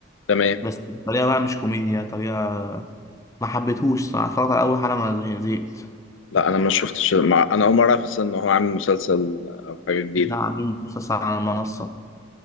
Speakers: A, on the left (about 75°); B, on the left (about 15°).
A: تمام
B: بس بطريقة بقى مش كوميديا طريقة ما حبيتهوش صراحة اتفرجت على أول حلقة ما زه- زهقت
A: لا انا ما شفتش ما انا اول مره اعرف أصلاً ان هو عامل مسلسل او حاجه جديده
B: لا عاملين مسلسل على منصة